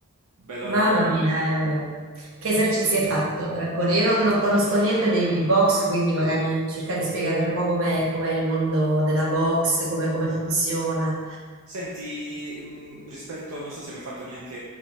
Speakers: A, on the right; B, on the right.
A: Bella
B: mamma
A: logorante.
B: mia, eh, vabbè. Che esercizi hai fatto? Racconti. Io non, non conosco niente di, di box, quindi magari cerca di spiegarmi un po' com'è com'è il mondo della box, come, come funziona.
A: Senti, mm, rispetto, non so se mi hai fatto neanche,